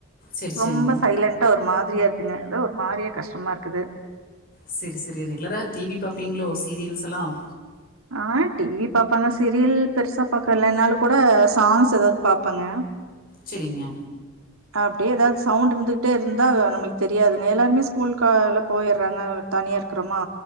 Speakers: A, on the left; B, on the right.
A: சரி
B: ரொம்ப
A: சரிங்க
B: சைலன்டா ஒரு மா தெரியாதுங்க ஏதோ ஒரு மாரியா கஷ்டமா இருக்குது
A: செரி செரிங்க ரெகுலரா டிவி பாப்பிங்களோ சீரியல்ஸ் எல்லாம்
B: ஆ டிவி பாப்பாங்க சீரியல் பெருசா பாக்குறது இல்ல என்னால் கூட சாங்ஸ் ஏதாது பாப்பாங்க
A: செரிங்க
B: அப்டியே ஏதாது சவுண்ட் இருந்துக்கிட்டே இருந்தா நமளுக்கு தெரியாதுங்க எல்லாருமே ஸ்கூல் கால போயிடுறாங்க தனியாக இருக்கிறோமா